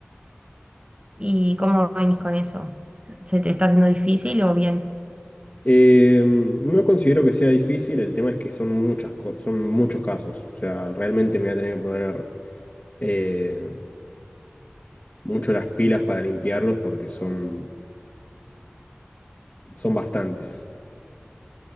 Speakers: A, on the right; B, on the left.
A: ¿Y cómo venís con eso? ¿Se te está haciendo difícil o bien?
B: Eh, no considero que sea difícil, el tema es que son muchas, co- son muchos casos. O sea, realmente me voy a tener que poner... eh, mucho las pilas para limpiarlos porque son, son bastantes.